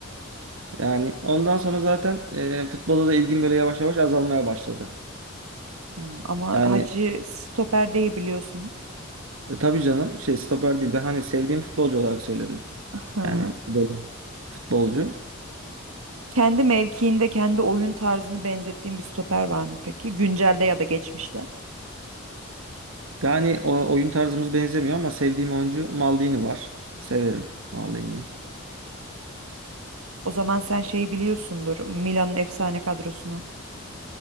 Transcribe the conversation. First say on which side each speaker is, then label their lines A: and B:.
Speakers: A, on the right (about 70°); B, on the right (about 80°).
A: Yani ondan sonra zaten e, futbola da ilgim böyle yavaş yavaş azalmaya başladı.
B: Hmm, ama
A: Yani
B: Hacı stoper değil biliyorsun.
A: e, tabii canım şey stoper değil. Ben hani sevdiğim futbolcu olarak söyledim.
B: Hı hı.
A: Yani Dedim. futbolcu.
B: Kendi mevkiinde kendi oyun tarzını benzettiğin bir stoper var mı peki? Güncelde ya da geçmişte.
A: Yani o, oyun tarzımız benzemiyor ama sevdiğim oyuncu Maldini var. Severim Maldini'yi.
B: O zaman sen şeyi biliyorsundur. Milan'ın efsane kadrosunu.